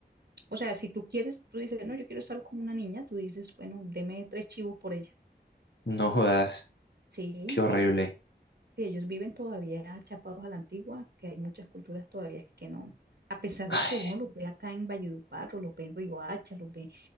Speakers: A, on the right; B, on the left.
A: O sea, si tú quieres, tú dices, no, yo quiero estar con una niña, tú dices, bueno, deme tres chivos por ella.
B: No jodas,
A: Sí,
B: qué horrible.
A: sí, ellos viven todavía chapados a la antigua, que hay muchas culturas todavía que no. A pesar
B: Ay,
A: de que uno los ve acá en Valledupar, o los ve en Riohacha, los ve